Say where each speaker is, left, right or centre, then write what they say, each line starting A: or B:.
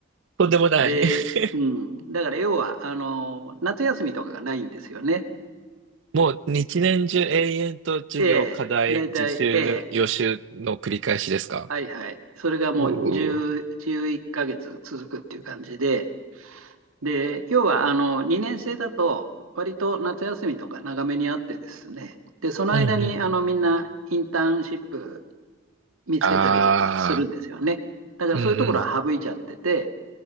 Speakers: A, on the right (about 60°); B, on the right (about 80°).
A: とんでもない。
B: で、
A: <laughs>
B: うん。だから要は、あの、夏休みとかがないんですよね。
A: もう一年中永遠と授業、
B: ええ、
A: 課題、
B: 大体、
A: 自習、
B: ええ、
A: 予習の繰り返しですか
B: はいはい。それがもう11ヶ月続くっていう感じで、
A: うー。
B: で、要はあの2年生だと、割と夏休みとか長めにあってですね、で、その間にあのみんなインターンシップ
A: うんうん。
B: 見つけたりとかするんですよね。
A: ああ、
B: だからそういうところは省いちゃってて、
A: うんうん。